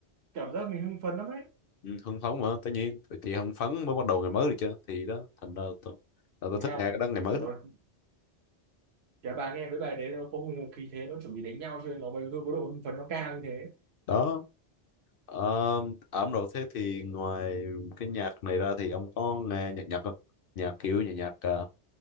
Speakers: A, on the right; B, on the left.
A: cảm giác mình hưng phấn lắm đấy
B: ừ, hưng phấn mà tất nhiên vậy thì hưng phấn mới bắt đầu ngày mới được chứ thì đó thành ra tôi, là
A: đánh
B: tôi thích
A: nhau
B: nghe cái đó ngày mới
A: nó
B: đó
A: cái bài nghe với bài đấy nó có một khí thế nó chuẩn bị đánh nhau cho nên nó mới có độ hưng phấn nó cao như thế
B: đó um, ẩm đầu thế thì ngoài cái nhạc này ra thì ông có nghe nhạc Nhật không nhạc kiểu nhạc nhạc uh,